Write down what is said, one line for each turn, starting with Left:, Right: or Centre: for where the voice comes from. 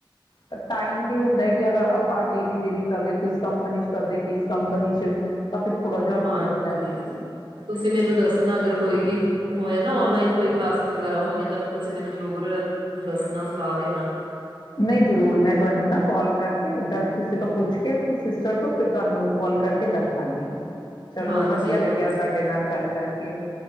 Left: ਪਰ ਟਾਈਮ ਵੀ ਹੁੰਦਾ ਕਿ ਅਗਰ ਆਪਾਂ ਡੇਲੀ ਡੇਲੀ ਕਰਦੇ, ਕਿਸ ਕੰਪਨੀ ਚ ਕਰਦੇ, ਕਿਸ ਕੰਪਨੀ ਚ ਤਾਂ ਫਿਰ ਥੋੜਾ ਜਿਹਾ
Right: ਹਾਂਜੀ,
Left: ਹੋ ਜਾਂਦਾ ਹੈ
Right: ਤੁਸੀਂ ਮੈਨੂੰ ਦੱਸਣਾ, ਅਗਰ ਕੋਈ ਵੀ ਹੋਇਆ ਨਾ, ਓਣਲਾਈਨ ਕੋਈ ਕਲਾਸਿਸ ਵਗੈਰਾ ਹੋਈਆਂ, ਤਾਂ ਤੁਸੀਂ ਮੈਨੂੰ ਜ਼ਰੂਰ ਦੱਸਣਾ ਸਲਾਹ ਦੇਣਾ
Left: ਨਹੀਂ ਜਰੂਰ ਮੈਂ ਤੁਹਾਨੂੰ ਨਾ ਕੋਲ ਕਰਕੇ ਦੱਸ ਕਿਸੇ ਤੋਂ ਪੁੱਛ ਕੇ ਸਿਸਟਰ ਤੋਂ ਫਿਰ ਤੁਹਾਨੂੰ ਕਾਲ ਕਰਕੇ ਦੱਸਾਂਗੀ। ਚਲੋ
Right: ਹਾਂਜੀ
Left: ਵਧੀਆ ਲੱਗਿਆ
Right: ਹਾਂਜੀ
Left: ਤੁਹਾਡੇ ਨਾਲ ਗੱਲ ਕਰਕੇ